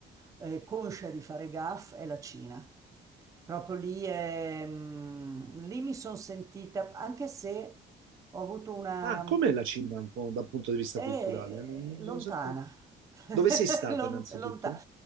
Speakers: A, on the right (about 15°); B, on the right (about 80°).
A: eh, conscia di fare gaff, è la Cina. Proprio lì, è, mm, lì mi sono sentita, anche se ho avuto una,
B: Ah, com'è la Cina un po' dal punto di vista
A: è
B: culturale? Non non
A: lontana,
B: sono sempre...
A: <laughs>
B: Dove sei stata
A: lontana.
B: innanzitutto?